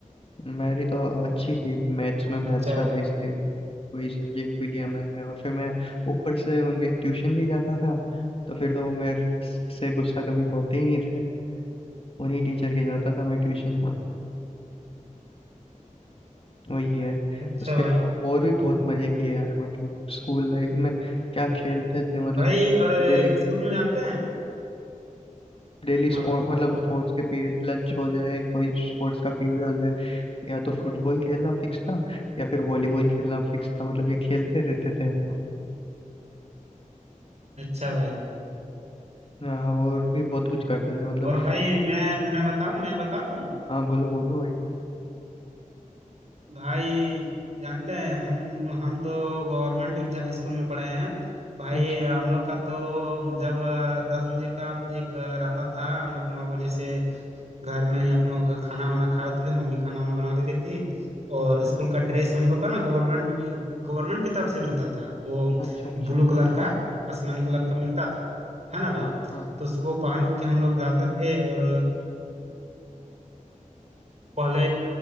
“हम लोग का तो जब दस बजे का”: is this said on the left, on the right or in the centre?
Right